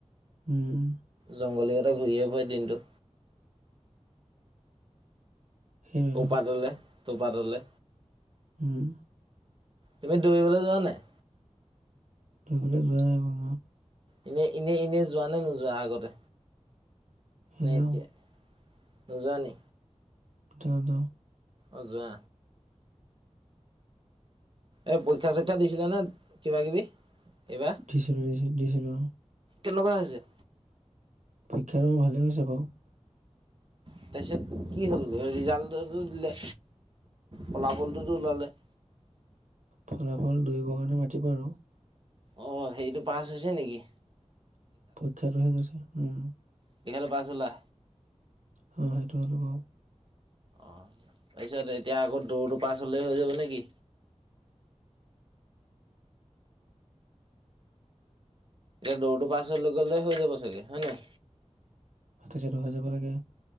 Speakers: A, on the right (about 85°); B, on the right (about 45°).
A: উম।
B: জংঘলী গোটা ঘূৰিয়ে ফুৰে দিনটো।
A: সেইটোৱেতো
B: ওপাটলে- তোপাটলে।
A: উম।
B: তুমি দৌৰিবলে যোৱা নাই?
A: দৌৰিবলে যোৱা হয়।
B: এনে এনে এনে যোৱা নে নোযোৱা আগতে
A: সেই
B: নে
A: যাওঁ
B: এতিয়া? নোযোৱা নি?
A: যাওঁ, যাওঁ।
B: অঁ, যোৱা। এই পৰীক্ষা -চৰীক্ষা দিছিলা নে কিবা কিবি? এইবাৰ
A: দিছিলোঁ, দিছিলোঁ।
B: কেনেকুৱা হৈছে?
A: পৰীক্ষাটো মোৰ ভালেই হৈছে বাৰু।
B: তাৰপিছত কি হ'ল? ৰিজাল্টটো দিলে, ফলাফলটোতো ওলালে।
A: ফলাফল দৌৰিবৰ কাৰণে মাতিব আৰু।
B: অঁ, হেৰিটো পাছ হৈছে নেকি?
A: পৰীক্ষাটোহে গৈছে উম।
B: পৰিক্ষাতো পাছ হ'লা?
A: অঁ, সেইটো হ'লো বাৰু।
B: অঁ, তাৰপিছত এতিয়া আকৌ দৌৰটো পাছ হ'লেই হৈ যাব নে কি? এতিয়া দৌৰটো পাছ হৈ গ'লে হৈ যাব চাগে, হয়নে?
A: তাকেটো হৈ যাব লাগে।